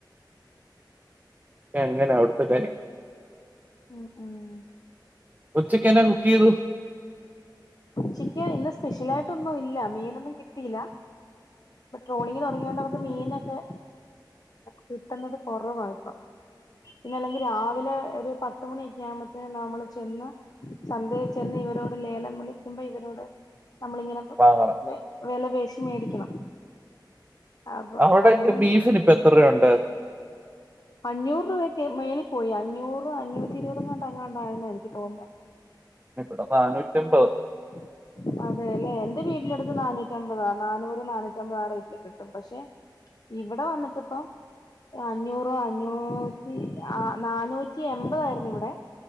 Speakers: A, on the right (about 20°); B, on the left (about 55°).
A: എങ്ങനെ അവിട്ത്തെ കാര്യം.
B: ഉം ഉം.
A: ഉച്ചക്കനാ കുക്കിയ്തു.
B: ചിക്കൻ ഇന്ന് സ്പെഷ്യലായിട്ടൊന്നു ഇല്ല മീനൊന്നും കിട്ടിയില. ഇപ്പൊ ട്രോളിഗ് തുടങ്ങിയണ്ട് നമുക്ക് മീനൊക്കെ കിട്ടുന്നത് കൊറവാഇപ്പം. പിന്നെ അല്ലെങ്കി രാവിലെ ഒരു പത് പത്ത്മണിക്യ ആവ്മ്പേതിന് നമ്മള് ചെന്ന് ചന്തയിൽ ചെന്ന് ഇവരോട്. ലേലം വിളിക്കുബോ ഇവരോട് നമ്മളി ഇങ്ങനെ.
A: വാങ്ങണം.
B: വെല പേശി മേടിക്കണം. അപ്പൊ
A: അവിടെകെ
B: അങ്ങനെയൊന്ന്
A: ബീഫ്‌ന് ഇപ്പ എത്രരൂവണ്ട്.
B: അഞ്ഞൂറ് രൂവക് മേളി പോയി അഞ്ഞൂറ് അഞ്ഞൂറ്റി ഇരുവത് ങ്ങണ്ട് അങ്ങാണ്ടായന്ന എനിക്ക് തോന്നുന്നെ.
A: ഇവിടെ നാനൂറ്റമ്പത്.
B: <inaudible> അതെ ല്ലെ എന്റെ വീടി ന്നടുത്ത് നാനൂറ്റമ്പതാ നാനൂറ് നാനൂറ്റമ്പത ആ റേറ്റില് കിട്ടും പക്ഷെ. ഇവിടെ വന്നിട്ടിപ്പൊ അഞ്ഞൂ ഇപ്പ അഞ്ഞൂറ്റി ആ നാനൂറ്റി എമ്പത ആയിരുന്നു ഇവിടെ.